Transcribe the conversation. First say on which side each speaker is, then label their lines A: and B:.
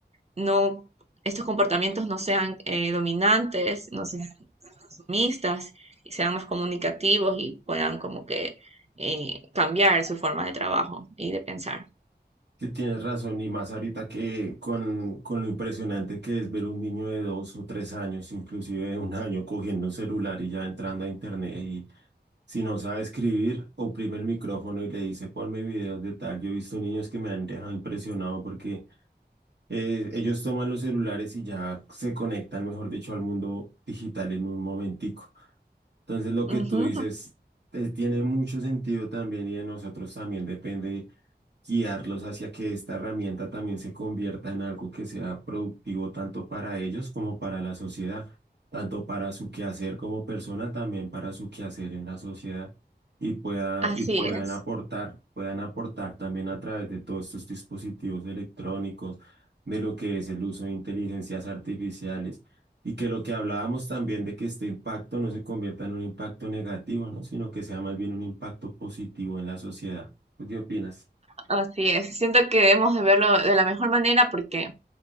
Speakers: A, on the right; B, on the right.
A: no, estos comportamientos no sean eh, dominantes, no sean sumistas y sean más comunicativos y puedan como que eh, cambiar su forma de trabajo y de pensar.
B: Sí, tienes razón, y más ahorita que con, con lo impresionante que es ver un niño de dos o tres años, inclusive de un año, cogiendo un celular y ya entrando a internet y Si no sabe escribir, oprime el micrófono y le dice, ponme videos de tal. Yo he visto niños que me han dejado impresionado porque eh, ellos toman los celulares y ya se conectan, mejor dicho, al mundo digital en un momentico. Entonces, lo que
A: Ujú,
B: tú dices eh, tiene mucho sentido también y de nosotros también depende guiarlos hacia que esta herramienta también se convierta en algo que sea productivo tanto para ellos como para la sociedad, tanto para su quehacer como persona, también para su quehacer en la sociedad y pueda,
A: Así
B: y puedan
A: es,
B: aportar, puedan aportar también a través de todos estos dispositivos electrónicos, de lo que es el uso de inteligencias artificiales. Y que lo que hablábamos también de que este impacto no se convierta en un impacto negativo, ¿no? Sino que sea más bien un impacto positivo en la sociedad. ¿Tú qué opinas?
A: así es. Siento que debemos de verlo de la mejor manera porque